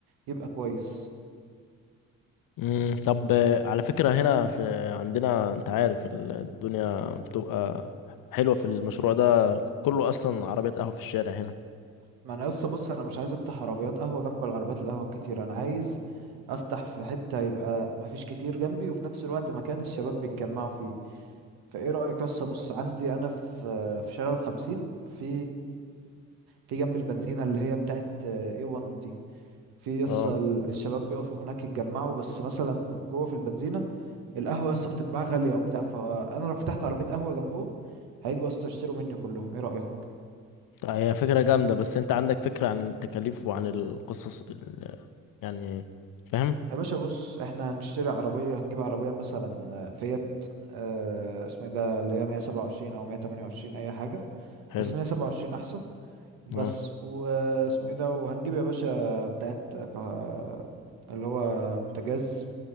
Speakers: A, on the right; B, on the left.
A: يبقى كويس
B: مم. طب آه، على فكره هنا في عندنا انت عارف ال- الدنيا بتبقى حلوه في المشروع ده ك- كله اصلا عربيات قهوه في الشارع هنا
A: ما انا لسه بص انا مش عايز افتح عربيات قهوه جنب العربيات القهوه كتير انا عايز افتح في حته يبقى ما فيش كتير جنبي وفي نفس الوقت مكان الشباب بيتجمعوا فيه فايه رايك لسه بص عندي انا في في شارع الخمسين في في جنب البنزينه اللي هي بتاعت اي 1 دي في لسه
B: اه
A: الشباب بيقفوا هناك يتجمعوا بس مثلا جوه في البنزينه القهوه لسه بتتباع غاليه وبتاع فانا لو فتحت عربيه قهوه جنبهم هيجوا لسه يشتروا مني كلهم ايه رايك
B: طيب هي فكره جامده بس انت عندك فكره عن التكاليف وعن القصص ال... يعني فاهم
A: يا باشا بص احنا هنشتري عربية هنجيب عربية مثلا فيات اه اسمها إيه ده اللي هي 127 او 128 اي حاجة
B: حلو
A: بس 127 احسن بس
B: اه
A: واسمه ايه ده وهنجيب يا باشا بتاعت كه- اللي هو بوتاجاز